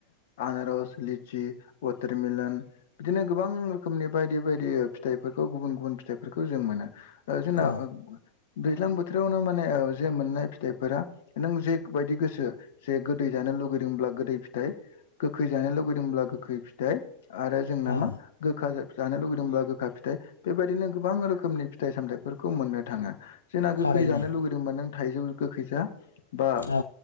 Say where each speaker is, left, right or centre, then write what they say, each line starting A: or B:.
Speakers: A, on the left; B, on the left.
A: आनारस लिचि उाथारमिलन बिदिनो गोबां रोखोमनि बायदि बायदि फिथाइफोरखौ गुबुन गुबुन फिथाइफोरखौ जों मोनो ओ जोंना
B: औ
A: दैज्लां बोथोरावनो माने जे मोननाय फिथाइफोरा नों जेबायायदि गोसो जे गोदै जानो लुगैदोंब्ला गोदै फिथाइ गोखै जानो लुुगैदोंब्ला गोखै फिथाइ आरो जोंना
B: औ
A: मा गोखा जा-जानो लुगैदोंब्ला गोखा फिथाइ बेबायदिनो गोबां रोखोमनि फिथाइ सामथाइफोरखौ मोननो थाङो। जोंना
B: थारैनो
A: गोखै जानो लुगैदोंबा नों थाइजौ गोखै जा बा
B: औ